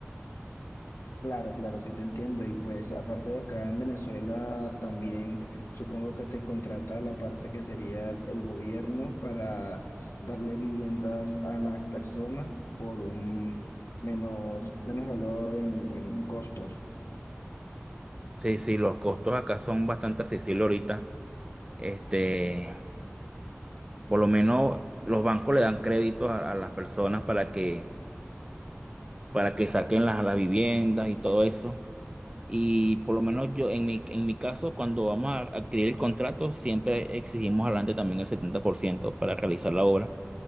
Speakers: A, on the left (about 80°); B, on the right (about 20°).
A: Claro, claro, sí te entiendo. Y pues aparte de acá en Venezuela, también supongo que te contrata la parte que sería el gobierno para darle viviendas a las personas por un menos, menos valor en, en costos.
B: Sí, sí, los costos acá son bastante accesibles ahorita. Este, por lo menos los bancos le dan créditos a, a las personas para que, para que saquen las, las viviendas y todo eso. Y por lo menos yo, en mi, en mi caso, cuando vamos a adquirir el contrato, siempre exigimos adelante también el 70% para realizar la obra.